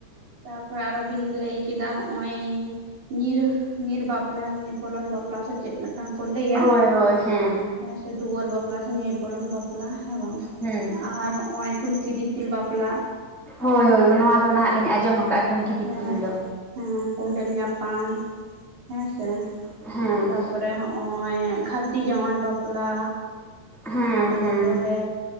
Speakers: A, on the right (about 60°); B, in the centre.
A: ᱛᱟᱯᱚᱨᱮ ᱟᱨᱚ ᱵᱤᱱ ᱞᱟᱹᱭ ᱠᱮᱫᱟ ᱱᱚᱜᱼᱚᱭ ᱧᱤᱨ ᱧᱤᱨ ᱵᱟᱯᱞᱟ ᱧᱤᱨ ᱵᱚᱞᱚᱱ ᱵᱟᱯᱞᱟ ᱥᱮ ᱪᱮᱫ ᱢᱤᱫ ᱴᱟᱝ ᱠᱚ ᱞᱟᱹᱭᱟ
B: ᱦᱳᱭ ᱦᱳᱭ ᱦᱮᱸ
A: ᱦᱮᱸᱥ ᱥᱮ ᱫᱩᱣᱟᱹᱨ ᱵᱟᱯᱞᱟ ᱥᱮ ᱧᱤᱨ ᱵᱚᱞᱚᱱ ᱵᱟᱯᱞᱟ ᱦᱮᱸ ᱵᱟᱝ
B: ᱦᱮᱸ
A: ᱟᱨ ᱦᱚᱸᱜᱼᱚᱭ ᱴᱩᱝᱠᱤ ᱫᱤᱯ ᱵᱟᱯᱞᱟ
B: ᱦᱳᱭ
A: ᱦᱮᱸ
B: ᱦᱳᱭ
A: ᱥᱮ
B: ᱱᱚᱣᱟ ᱫᱚ ᱱᱟᱦᱟᱜ ᱞᱤᱧ ᱟᱸᱡᱚᱢ ᱠᱟᱜᱼᱟ ᱴᱩᱝᱠᱤ ᱫᱤᱯᱤᱞ
A: ᱦᱮᱸ
B: ᱫᱚ
A: ᱦᱮᱸ ᱠᱚᱸᱰᱮᱞ ᱧᱟᱯᱟᱢ ᱦᱮᱸ ᱥᱮ
B: ᱦᱮᱸ
A: ᱛᱟ ᱯᱚᱨᱮ ᱦᱚᱸᱜᱼᱚᱭ ᱜᱷᱟᱹᱨᱫᱤ ᱡᱟᱶᱟᱭ ᱵᱟᱯᱞᱟ
B: ᱦᱮᱸ
A: ᱛᱟᱨ
B: ᱦᱮᱸ
A: ᱯᱚᱨᱮ